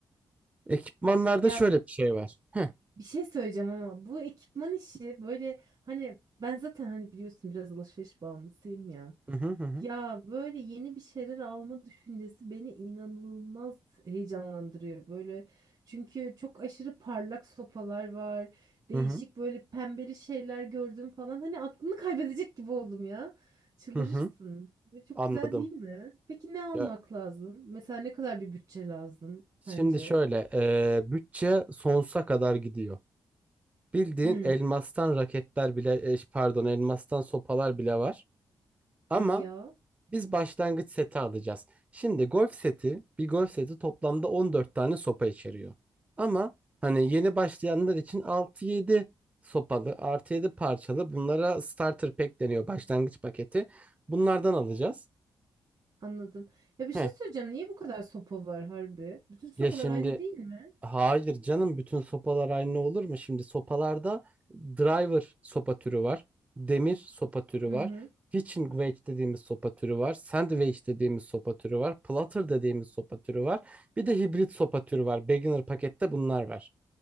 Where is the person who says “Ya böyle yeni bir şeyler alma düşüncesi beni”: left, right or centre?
Right